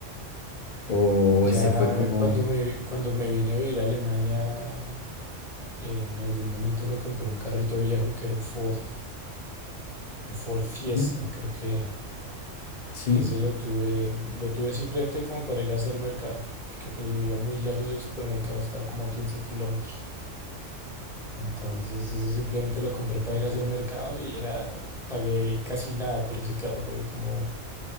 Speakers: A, on the left; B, in the centre.
A: O
B: Ya
A: ese fue como...
B: cuando me, cuando me vine a vivir a Alemania, eh, en algún momento me compré un carrito viejo que era un Ford, un Ford Fiesta
A: ¿Mm?
B: creo que era.
A: Sí,
B: Y ese lo tuve, lo tuve simplemente como para ir a hacer mercado, porque pues vivía muy lejos del supermercado, estaba como a 15 kilómetros. Entonces ese simplemente lo compré para ir a hacer mercado y era, pagué casi nada por ese carro, pagué como